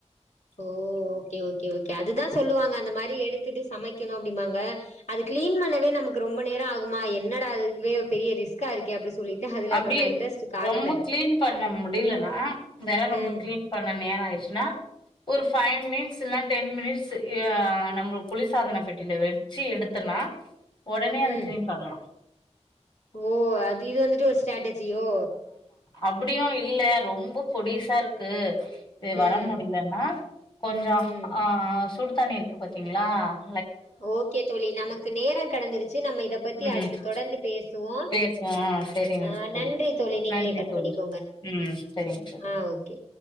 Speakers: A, on the left; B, on the left.
A: ஓ ஓகே ஓகே ஓகே அதுதா சொல்லுவாங்க அந்த மாரி எடுத்திட்டு சமைக்கணு அப்டிமாங்க அது கிளீன் மண்ணவே நமக் ரொம் ப நேரோ ஆகுமா என்னடா இது இதுவே பெரிய ரிஸ்கா இருக்கே அப்டி சொல்லிட்டு அதுல
B: அப்டி
A: அப்புறம் நான் இன்ட்ரெஸ்ட் காட்டல.
B: ரொம்ப கிளீன் பண்ண முடிலனா வேர் ரொம்ப
A: ம்,
B: கிளீன் பண்ண நேரோ ஆய் ச்னா ஒரு ஃபை மினிட்ஸ் இல்னா டென் மினிட்ஸ் இ ய நம்ம குளிர்சாதன பெட்டில வெச்சி எடுத்தனா ஒடனே அத
A: ம்.
B: கிளீன் பண்லா
A: ஓ அது இது வந்துட்டு ஒரு ஸ்டேட்டஜ் ஜியோ
B: அப்பிடியு இல்ல ரொம்ப பொடிசா இருக்கு இது வர
A: ம்.
B: முடிலன்னா கொஞ்சோ
A: ம்.
B: ஆ சுடுதண்ணி இருக்கு பாத்தீங்ளா
A: ஓகே தோழி நமக்கு நேரங் கடந்துருச்சு நம்ம இத பத்தி
B: ம்
A: அடுத்து தொடர்ந்து பேசுவோ
B: பேசுவோ சரிங்க
A: அ
B: தோழி
A: நன்றி தோழி நீங்ளே
B: நன்றி
A: கட்
B: தோழி
A: பண்ணிக்கோங்க
B: ம் சரிங்க தோழி
A: அ ஓகே